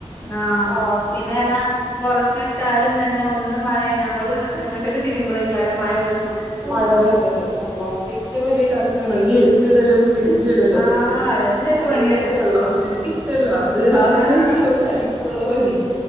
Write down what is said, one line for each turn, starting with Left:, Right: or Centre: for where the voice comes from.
Left: ആഹ്
Right: ആ
Left: പിന്നെ റഞ്ഞ പൊറത്തിട്ടാലും തന്നെ ഒ ഒന്ന് മയ ഞമ്മള് എങ്ങോട്ടേലും തി രീമ്പളെ കാരം മയ ഒന്ന് തുള്ളിട്ട് പോകും
Right: മഴ വരണത് അല്ലാഹ് അത് ഏറ്റവും വലിയ ടാസ്ക് ആണ് ഈ എടുത്തിടലും ച്ടലും
Left: ആഹ് അതന്നെ
Right: ബാക്കിയൊക്കെ
Left: ഒരു പണിയാണ്
Right: കൊള്ളാം എനിക്കിഷ്ടമല്ല അത് ആതാണ്
Left: ആഹ്
Right: ഏറ്റവും കലി ഇപ്പോള്ള പണി